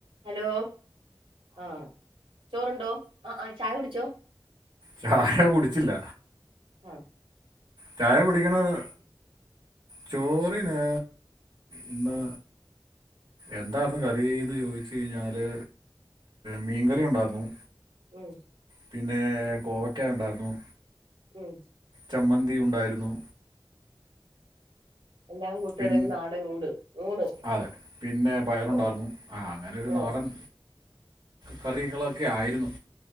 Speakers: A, on the right (about 75°); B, on the right (about 55°).
A: ഹലോ ആ ചോറുണ്ടോ അ ആ ചായ കുടിച്ചോ
B: ചായ കുടിച്ചില്ല
A: മ്
B: ചായ കുടിക്കണത് ചോറിന് ഇന്ന് എന്താർന്നു കറീന്ന് ചോയ്ച്ച്കഴിഞ്ഞാല് മീൻകറി ഉണ്ടായിരുന്നു
A: ഉം
B: പിന്നെ കോവക്കായുണ്ടായിരുന്നു
A: ഉം
B: ചമ്മന്തി ഉണ്ടായിരുന്നു
A: എല്ലാം കൂട്ടിയുള്ളൊരു
B: പിൻ
A: നാടൻ ഊട് ഊണ്
B: അതെ പിന്നെ പയറുണ്ടായിരുന്നു
A: ഉം
B: ആ അങ്ങനെ ഒരു
A: ഉം
B: നാടൻ കറികളൊക്കെ ആയിരുന്നു